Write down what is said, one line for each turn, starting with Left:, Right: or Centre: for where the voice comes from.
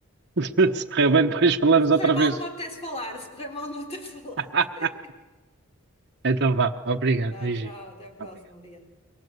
Right: <laughs> Se correr bem, depois falamos
Left: Se correr
Right: outra
Left: mal,
Right: vez.
Left: não me apetece falar. Se correr mal, não me apetece falar.
Right: <laughs>
Left: <laughs>
Right: Então vá. Obrigado.
Left: Tá,
Right: Beijinhos.
Left: tchau, até à próxima.
Right: Obrigado.
Left: Obrigada.